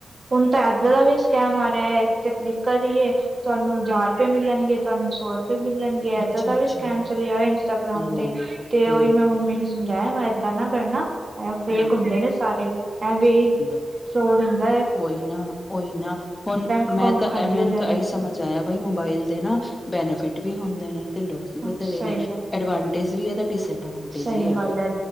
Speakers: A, on the right (about 40°); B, on the left (about 25°).
A: ਹੁਣ ਤਾਂ ਐਦਾ ਦਾ ਵੀ ਸਕੈਮ ਆ ਰਿਹਾ। ਇਸ ਤੇ ਕਲਿੱਕ ਕਰੀਏ ਤੁਹਾਨੂੰ ਹਜ਼ਾਰ ਰੁਪਏ ਮਿਲਣਗੇ। ਤੁਹਾਨੂੰ ਸੌ ਰੁਪਏ ਮਿਲਣਗੇ
B: ਅੱਛਾ-ਅੱਛਾ,
A: ਏਦਾਂ ਦਾ ਵੀ ਸਕੈਮ ਚਲਿਆ ਹੋਇਆ ਇੰਸਟਾਗ੍ਰਾਮ
B: ਲੋ,
A: ਤੇ। ਤੇ
B: ਲੋ,
A: ਉਹੀ ਮੈਂ ਮੰਮੀ ਨੂੰ ਸਮਝਾਇਆ ਮੈਂ ਏਦਾਂ ਨਾ ਕਰਨਾ। ਆ ਫੇਕ
B: ਲੋ,
A: ਹੁੰਦੇ ਨੇ ਸਾਰੇ। ਐ ਵੀ
B: ਲੋ।
A: ਫਰੋਡ ਹੁੰਦਾ ਐ।
B: ਉਹੀ ਨਾ ਉਹੀ ਨਾ ਹੁਣ
A: ਅਕਾਊਂਟ
B: ਮੈਂ ਤਾਂ
A: ਖਾਲੀ
B: ਐਵੇੈ
A: ਹੋ
B: ਨਾ
A: ਜਾਣਾ
B: ਤਾਂ ਇਹੀ ਸਮਝ ਆਇਆ ਬਈ ਮੋਬਾਈਲ ਤੇ ਨਾ ਬੈਨੀਫਿਟ ਵੀ ਹੁੰਦੇ ਨੇ। ਤੇ ਲੋਸ ਵੀ ਵਥੇਰੇ
A: ਹਾਂ ਸਹੀ
B: ਨੇ।
A: ਗੱਲ
B: ਅਡਵੈ ਜ ਵੀ ਇਹਦਾ ਡਿਸ ਐਡਵਟਜ
A: ਸਹੀ
B: ਵੀ ਹੈਗਾ।
A: ਗੱਲ ਹੈ